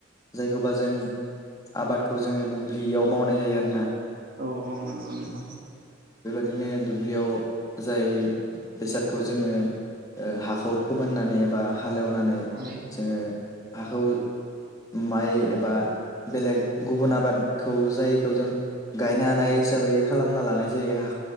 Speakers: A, on the left; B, on the right.
A: जायखौबा जों आबादखौ जोङो दुब्लियाव मावनाय जायो आरोना
B: औ औ नंगौ नंगौ ।
A: बिदिनो दुब्लियाव जाय। बेसादखौ जोङो ओ हाखौ फोमोननानै एबा हालेवनानै
B: औ
A: जोङो हाखौ माइ एबा बेलेग गुबुन आबादखौ जायखौ जों गायनो हानाय हिसाबै खालामना लानाय जायो हा